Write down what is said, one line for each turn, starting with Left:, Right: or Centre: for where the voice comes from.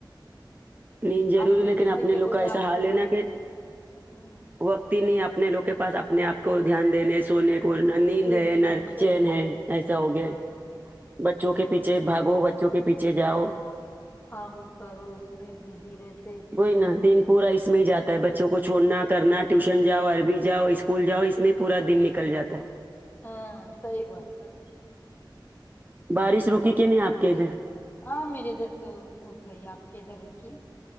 Right: نین ضروری
Left: آپ نے
Right: لیکن
Left: جیسے
Right: اپنے
Left: کہ
Right: لوگ
Left: بولے
Right: کا ایسا
Left: آپ
Right: حال
Left: کو
Right: ہینا کہ
Left: ہوں
Right: وقتی نہیں اپنے لوگ کے پاس اپنے آپ کو دھیان دینے سونے پورن نیند
Left: دینے
Right: ہے نرک
Left: کو صحیح
Right: چین ہے
Left: صحیح
Right: ایسا ہو گیا
Left: ہاں
Right: بچوں کے
Left: ہاں
Right: پیچھے بھاگو بچوں کے پیچھے جاؤ
Left: آو کرو اس میں بزی رہتے
Right: وہئی نا دن پورا اس میں ہی جاتا ہے بچوں کو چھوڑنا کرنا ٹیوشن جاؤ عربی جاؤ اسکول جاؤ اس میں پورا دن نکل جاتا ہے
Left: ہاں صحیح بات ہے
Right: بارش رکی کہ نہیں آپ کے ادھر
Left: ہاں میرری ادھر تو رک گئی آپ کے ادھر رکی